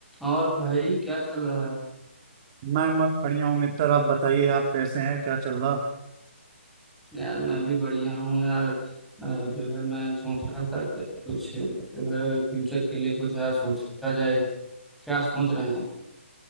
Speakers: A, in the centre; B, on the right (about 20°).
A: और भाई क्या चल रहा है
B: मैं मत बढ़िया हूँ मित्र आप बताइए आप कैसे हैं क्या चल रहा
A: यार मैं भी बढ़िया हूँ यार अ, जो है मैं सोच रहा था कि कुछ जो है फ्यूचर के लिए कुछ यार सोचा जाए क्या सोच रहे हैं